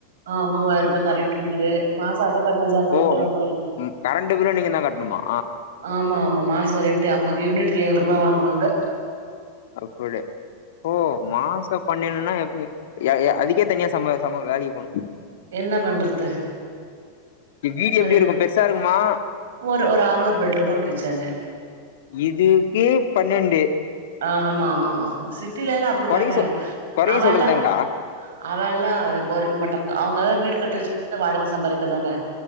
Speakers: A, on the right; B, on the left.
A: ஆ மூவாயிர ரூபா கரண்ட்டு பில்லு மாசோ அதே பதினஞ்சாயிரரூபா
B: ஓ
A: கிட்ட வந்துரு
B: ம் கரண்ட் பில்லு நீங்கதா கட்டணுமா
A: ஆமா ஆமா மாசோ ரென்ட்டு ஆமாங் யூனிட்டுக்கு ஏழ் ரூபா வாங்குவாங்க
B: அப்படி ஓ மாச பன்னென்னா எப்டி யா அதுக்கே தனியா சம சம வேலைகு போணும் போலையே
A: என்ன பண்றது
B: <inaudible> இ வீடு எப்டி
A: ஒரு
B: இருக்கு பெருசா இருக்குமா
A: ஒரு ஒரு ஆள் ஒரு பெட்ரூம் ஒரு கிச்சனு
B: இதுக்கே பன்னென்டு
A: ஆமா ஆமா சிட்டிலலா அப்படித்தானே
B: கொறைய சொ கொறைய
A: அவயெல்லா
B: சொல்றதாங்க்கா
A: அவயெல்லா கொறைக்க மாட்டாங்க அவுங்கதா வீடு கட்டு வச்சு <inaudible> வாடக சம்பாதிக்கதான